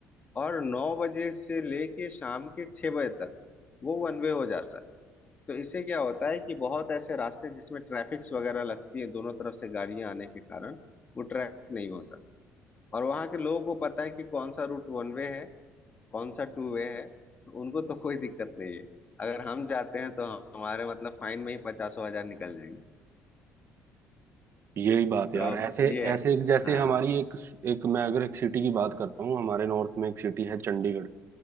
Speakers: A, on the left; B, on the right.
A: और नौ बजे से लेके शाम के छह बजे तक वो वन वे हो जाता है तो इससे क्या होता है कि बहुत ऐसे रास्ते जिसमें ट्रैफिक्स वगैरह लगती है दोनों तरफ से गाड़ियां आने के कारण वो ट्रैफिक नहीं होता और वहां के लोगों को पता है कि कौन सा रूट वन वे है कौन सा टू वे है तो उनको तो कोई दिक्कत नहीं है अगर हम जाते हैं तो हम- हमारे मतलब फाइन में ही पचासों हजार निकल जाएंगे
B: यही बात है
A: तो
B: यार ऐसे
A: ये है
B: ऐसे एक जैसे
A: हाँ
B: हमारी एक एक मैं अगर एक सिटी की बात करता हूँ हमारे नॉर्थ में एक सिटी है चंडीगढ़